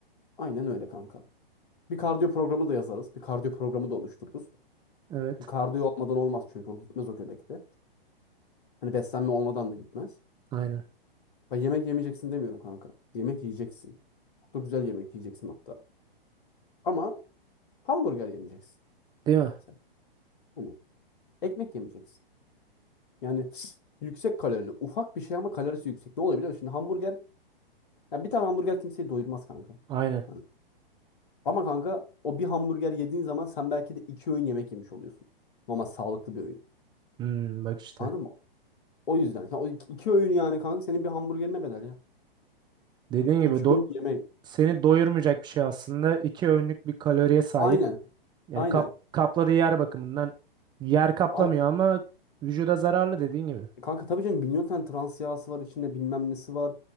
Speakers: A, on the left (about 60°); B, on the right (about 15°).
A: Aynen öyle kanka. Bir kardiyo programı da yazarız. Bir kardiyo programı da oluştururuz.
B: Evet.
A: Bir kardiyo olmadan olmaz çünkü o gitmez o göbekte. Hani beslenme olmadan da gitmez.
B: Aynen.
A: Bak yemek yemeyeceksin demiyorum kanka. Yemek yiyeceksin. Çok da güzel yemek yiyeceksin hatta. Ama hamburger yemeyeceksin.
B: Değil mi?
A: Mesela. Hani ekmek yemeyeceksin. Yani yüksek kalorili. Ufak bir şey ama kalorisi yüksek. Ne oluyor biliyor musun? Şimdi hamburger. ya bir tane hamburger kimseyi doyurmaz kanka.
B: Aynen.
A: Hani. Ama kanka o bir hamburger yediğin zaman sen belki de iki öğün yemek yemiş oluyorsun. ama sağlıklı bir öğün.
B: Hmm, bak işte.
A: Anladın mı? O yüzden. Sen o iki, iki öğün yani kanka senin bir hamburgerine bedel ya.
B: Dediğin gibi
A: İki
B: do-
A: öğün yemek.
B: seni doyurmayacak bir şey aslında. İki öğünlük bir kaloriye sahip.
A: Aynen.
B: Yani
A: Aynen.
B: kap, kapladığı yer bakımından yer kaplamıyor
A: Ay-
B: ama vücuda zararlı dediğin gibi.
A: kanka tabii canım milyon tane trans yağısı var içinde bilmem nesi var.